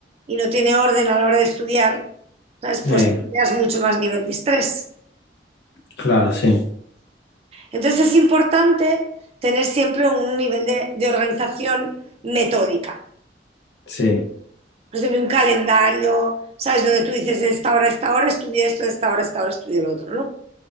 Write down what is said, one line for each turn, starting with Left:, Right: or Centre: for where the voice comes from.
Right: y no tiene orden a la hora de estudiar, ¿sabes? Pues
Left: Eh,
Right: tienes mucho más nivel de estrés.
Left: claro, sí,
Right: Entonces es importante tener siempre un nivel de, de organización metódica.
Left: sí,
Right: pues sé, un calendario, ¿sabes? Donde tú dices, de esta hora a esta hora estudio esto, de esta hora a esta hora estudio lo otro, ¿no?